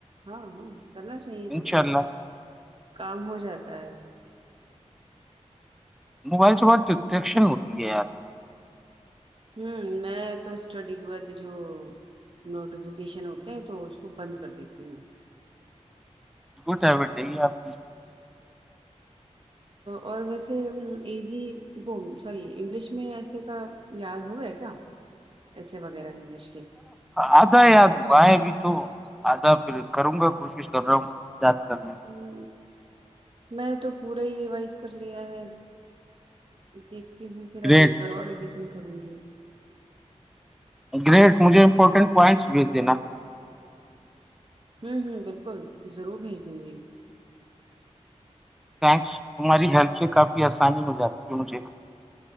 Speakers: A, on the right; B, in the centre.
A: ہاں ہاں کرنا چاہیے تو
B: انشاء
A: تمہیں
B: اللہ
A: بھی کام ہو جاتا ہے
B: موبائل سے بہت ڈٹریکشن ہوتی ہے یار
A: ہوں میں تو اسٹڈی کے بعد جو نوٹیفکیشن ہوتے ہیں تو اس کو بند کر دیتی ہوں
B: گٹ ہیبٹ ہے یہ آپ کی
A: اور ویسے ایزی وہ سوری انگلش میں ایسے کا یاد ہو گئے کیا ایسے وغیرہ انگلش کے
B: حد ہے یار بائےگی تو آدھا پھر کروں گا کوشش کر رہا ہوں یاد کرنے کی
A: ہ میں تو پورا ہی ریوائز کر لیا ہے دیکھتی ہوں پھر
B: گریٹ
A: اب ایک بار اور رویژن کروں گی
B: گریٹ مجھے امپورٹ پوائنٹس بھیج دینا
A: ہوں ہوں بالکل ضرور بھیج دوں گی
B: تھینکس تمہاری ہیلپ سے کافی آسانی ہو جاتی ہے مجھے